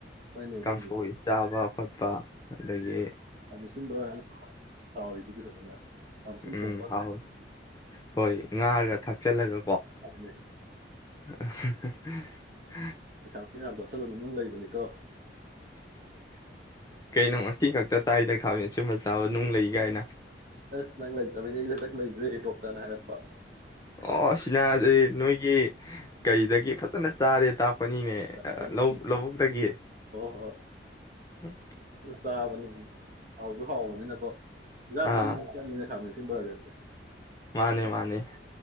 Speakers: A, on the right; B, on the left.
A: ꯍꯣꯏꯅꯦ ꯑꯗꯨꯕꯨꯗꯤ
B: ꯀꯥꯡꯁꯣꯏ ꯆꯥꯕ ꯈꯣꯠꯄ ꯑꯗꯗꯒꯤ
A: ꯈꯥꯃꯦꯟ ꯑꯁꯤꯟꯕ ꯍꯥꯎꯔꯤꯗꯨꯗꯤ ꯐꯖꯅ ꯈꯥꯃꯦꯟ ꯑꯁꯤꯟ
B: ꯎꯝ
A: ꯊꯣꯡꯕ
B: ꯍꯥꯎꯋꯤ ꯍꯣꯏ ꯉꯥꯒ ꯊꯥꯛꯆꯤꯜꯂꯒ
A: ꯍꯣꯏꯅꯦ
B: ꯑ
A: <unintelligible> ꯌꯥꯝ ꯆꯥꯁꯜꯂꯨꯅꯨ ꯅꯨꯡ ꯂꯩꯕꯅꯤꯀꯣ
B: ꯀꯩ ꯅꯃꯁ ꯊꯤ ꯈꯛꯇ ꯇꯥꯏꯗ ꯈꯥꯃꯦꯟ ꯑꯁꯤꯟꯕ ꯆꯥꯕ ꯅꯨꯡ ꯂꯩ ꯀꯥꯏꯅ
A: ꯑꯁ ꯅꯪ ꯂꯩꯇꯕꯩꯅꯦ ꯑꯩ ꯍꯟꯇꯛ ꯂꯩꯈ꯭ꯔꯦ ꯗꯣꯛꯇꯔꯅ ꯍꯥꯏꯔꯛꯄ ꯍ
B: ꯑꯣ ꯁꯤꯅꯗꯤ ꯅꯣꯏꯒꯤ ꯀꯔꯤꯗꯒꯤ ꯐꯖꯅ ꯆꯔꯦ ꯇꯥꯞ ꯇꯥꯛꯄꯅꯤꯅꯦ
A: ꯑꯗꯩ ꯍꯣꯏ
B: ꯂꯧꯕꯨꯛꯇꯒꯤ
A: ꯍꯣꯏ
B: ꯍꯝ
A: ꯆꯥꯕꯅꯤ ꯍꯥꯎꯁꯨ ꯍꯥꯎꯕꯅꯤꯅꯀꯣ ꯏꯥꯟꯁꯥꯡ
B: ꯑꯥ
A: ꯈꯨꯗꯤꯡꯒꯤ ꯑꯗꯨꯝ ꯆꯪꯉꯤꯗꯅ ꯈꯥꯃꯦꯟ ꯁꯤꯟꯕꯒꯁꯦ
B: ꯃꯥꯅꯦ ꯃꯥꯅꯦ